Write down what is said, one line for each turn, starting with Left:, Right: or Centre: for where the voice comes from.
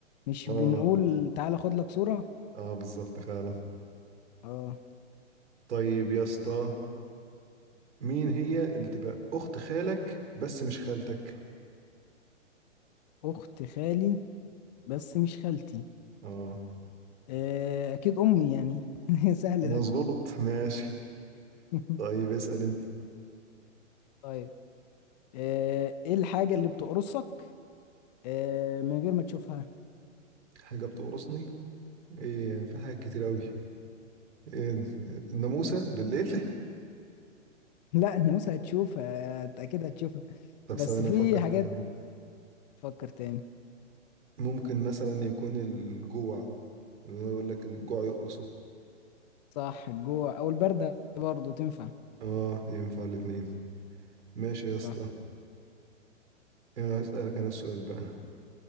Left: مش
Right: اه
Left: بنقول تعالى خد لك صورة
Right: اه بالظبط فعلا
Left: اه
Right: طيب يا اسطى مين هي اللي تبقى اخت خالك بس مش خالتك
Left: اخت خالي بس مش خالتي
Right: اه
Left: آه، اكيد امي يعني <laughs> سهل
Right: مظبوط
Left: ده
Right: ماشي
Left: <laughs>
Right: طيب اسأل انت
Left: طيب آه، ايه الحاجة اللي بتقرصك آه، من غير ما تشوفها
Right: حاجة بتقرصني ايه في حاجات كتير قوي ايه الناموسة بالليل <laughs>
Left: لا الناموسة هتشوفها هت- اكيد هتشوفها
Right: طب ثواني
Left: بس في
Right: افكر تاني
Left: حاجات تفكر تاني
Right: ممكن مثلا يكون الجوع اللي هو يقول لك الجوع يقرصه
Left: صح الجوع او البردة برضو تنفع
Right: اه ينفع الاتنين ماشي يا
Left: صح
Right: اسطى يا اسألك انا السؤال بقى